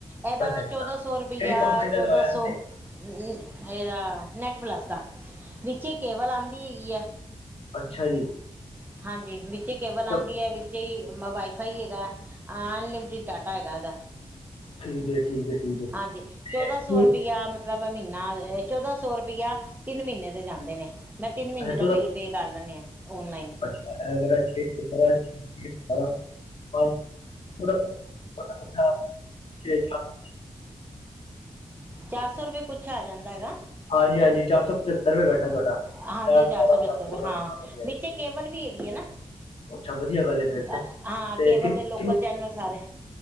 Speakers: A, on the right (about 15°); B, on the left (about 60°).
A: ਇਹਦਾ
B: ਅੱਛਾ ਅੱਛਾ
A: ਚੌਦਾਂ ਸੌ ਰੁਪਇਆ
B: ਕਿਹੜੀ ਕੰਪਨੀ ਦਾ
A: ਚੌਦਾਂ
B: ਲਵਾਇਆ
A: ਸੌ
B: ਤੁਸੀਂ
A: ਇਹਦਾ ਨੈਟ ਪਲੱਸ ਦਾ ਵਿੱਚੇ ਕੇਵਲ ਆਉਂਦੀ ਹੈਗੀ ਆ
B: ਅੱਛਾ ਜੀ
A: ਹਾਂਜੀ ਵਿੱਚ ਕੇਵਲ ਆਉਂਦੀ
B: ਸਭ
A: ਹੈ। ਜ ਵਾਈਫਾਈ ਹੈਗਾ ਅਨਲਿਮਿਟਿਡ ਡਾਟਾ ਹੈਗਾ ਇਹਦਾ
B: ਠੀਕ-ਠੀਕ-ਠੀਕ ਹੈ।
A: ਹਾਂਜੀ ਚੌਦਾਂ ਸੌ
B: ਕੀ-
A: ਰੁਪਇਆ ਮਤਲਬ ਮਹੀਨਾ ਚੌਦਾਂ ਸੌ ਰੁਪਇਆ ਤਿੰਨ ਮਹੀਨੇ ਦੇ ਜਾਂਦੇ ਨੇ ਮੈਂ ਤਿੰਨ ਮਹੀਨੇ
B: ਅੱਛਾ ਚਲੋ
A: ਦਾ ਬਿੱਲ ਪੇ ਕਰ ਲੈਂਦੇ ਆਂ ਓਨਲਾਈਨ
B: <unintelligible> <unintelligible>
A: ਚਾਰ ਸੌ ਰੁਪਏ ਕੁੱਛ ਆ ਜਾਂਦਾ ਗਾ
B: ਹਾਂਜੀ-ਹਾਂਜੀ ਚਾਰ ਸੌ ਪਚੱਤਰ ਰੁਪਏ ਬੈਠਾ ਤੁਹਾਡਾ
A: ਹਾਂਜੀ
B: ਅਠਾਰਾਂ
A: ਚਾਰ ਸੌ ਪਚੱਤਰ
B: ਸੱਤ
A: ਰੁਪਏ
B: ਬਾਰਾਂ
A: ਹਾਂ
B: ਹਾਂਜੀ ਹਾਂਜੀ।
A: ਵਿੱਚੇ ਕੇਵਲ ਵੀ ਹੈਗੀ ਹੈ ਨਾ
B: ਅੱਛਾ ਵਧੀਆ ਗੱਲ ਹੈ ਫਿਰ
A: ਆਂ,
B: ਤੇ
A: ਹਾਂ
B: ਤੇ
A: ਕੇਵਲ
B: ਕਿੰਨ
A: ਦੇ ਲੋਕਲ
B: ਕਿੰਨ
A: ਚੈਨਲ ਸਾਰੇ